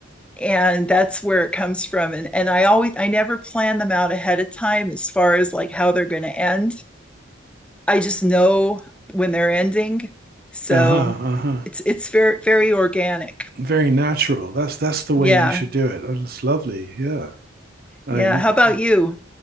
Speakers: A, in the centre; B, on the right.
A: and that's where it comes from and and I always I never plan them out ahead of time as far as like how they're going to end I just know when they're ending so
B: Uh-huh. Uh-huh.
A: it's it's very very organic
B: Very natural. That's that's the way
A: yeah
B: you should do it. Oh, That's lovely. Yeah. I,
A: yeah how about you